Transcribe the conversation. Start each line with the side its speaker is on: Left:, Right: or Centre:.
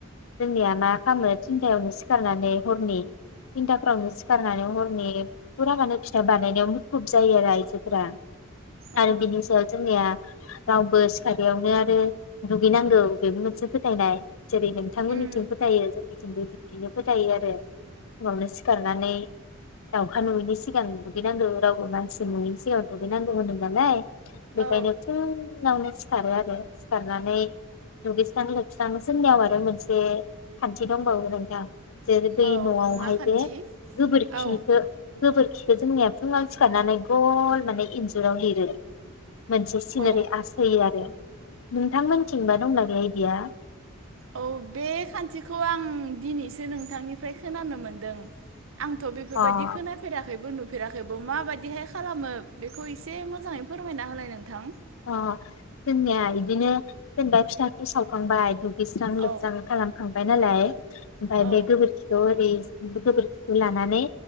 Left: जोंनिया मा खामो थिनथायावनो सिखारनानै हरनि थिनथाफोरावनो सिखारनानै हरनि फुरा मानो फिथाइ बानायनायाव मुखुब जायो आरो आइजोफोरा। आरो
Right: औ
Left: बिनि सायाव जोंनिया रावबो सिखारियावनो आरो दुगैनांगौ बेबो मोनसे फोथायनाय जेरै नोंथांमोननिथिं
Right: उम
Left: फोथायो जोंनिथिंबो बि बिदिनो फोथायो आरो फुङावनो सिखारनानै द दावखा नुयिनि सिगां दुगैनांगौ रावबो मानसि नुयनि सिगां दुगैनांगौ होनो नालाय
Right: औ
Left: बेखायनो फुङावनो सि सिखारो आरो सिखारनानै दुगैस्रां-लोबस्रां जोंनियाव आरो मोनसे खान्थि दंबावो नोंथां जेरै दै
Right: औ
Left: नआवहाय
Right: मा खान्थि
Left: जे गोबोरखिखो
Right: औ
Left: खोरखिखो जोंनिया फुङाव सिखारनानै गल माने इन्जुराव लिरो मोनसे सिनारि
Right: औ
Left: आस होयो आरो नोंथांमोनथिंबा दंना गैया इदिया
Right: औ बे खान्थिखौ आं दिनैसो नोंथांनिफ्राय खोनानो मोनदों आंथ बेफोरबायदि
Left: अ
Right: खोनाफेराखैबो नु फेराखैबो माबायदिहाय खालामो बेखौ इसे मोजाङै फोरमायना होलाय नोंथां
Left: अ जोंनिया इदिनो जेनबा फिथाखौ सावखांबाय दुगैस्रां-लोबस्रां
Right: औ
Left: खालामखां बायनालाय ओमफाय
Right: औ
Left: बे गोबोरखिखौ ओरै गोबोरखिखौ लानानै